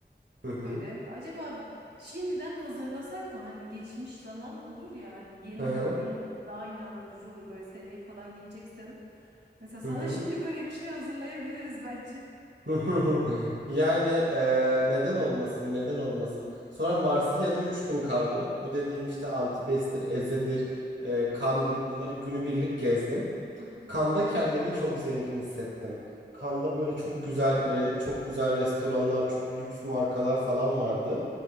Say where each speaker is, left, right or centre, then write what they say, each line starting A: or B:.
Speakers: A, on the right; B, on the right.
A: Hı hı.
B: Böyle. Acaba şimdiden hazırlasak mı? Hani geçmiş zaman olur ya hani yeni
A: Hı hı.
B: değil daha inandırıcı olur böyle seneye falan gideceksen. Mesela sana
A: Hı hı.
B: şimdi böyle bir şey hazırlayabiliriz <laughs> bence.
A: <laughs> hı hı. Yani eee, neden olmasın, neden olmasın. Sonra Marsilya'da 3 gün kaldım. Bu dediğim işte Antibes'tir, Eze'dir, eee, Kan'dır bunları günübirlik gezdim.
B: Hı hı,
A: Kan'da kendimi çok zengin hissettim. Kan'da böyle çok güzel re- çok güzel restoranlar, çok lüks markalar falan vardı.